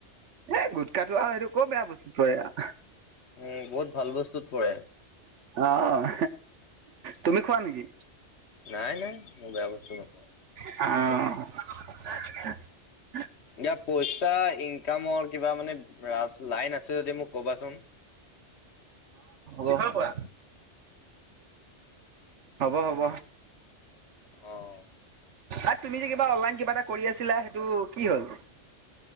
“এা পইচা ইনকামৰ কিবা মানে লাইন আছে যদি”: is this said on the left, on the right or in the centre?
Left